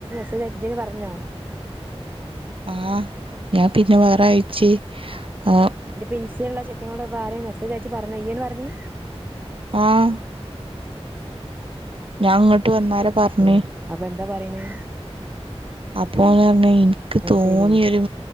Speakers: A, on the right; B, on the right.
A: അല്ല ഇജ്ജെന്നെ പറഞ്ഞോ
B: ആഹ് ഞാൻ പിന്നെ വേറെഴ്ച്ച് ആഹ്
A: പിൻസയുള്ള ചെക്കനോട്പ്പ ആരാ ഈ മെസേജ് അയച്ച പറഞ്ഞെയ്യാണ് പറഞ്ഞി
B: ആഹ്‌ ഞാങ്ങട്ട് വന്നാരെ പറഞ്ഞ്
A: ഉം അപ്പൊന്താ പറിണ്
B: അപ്പോന്നർഞ്. ഇൻക്ക് തോന്നിയരു
A: ശരി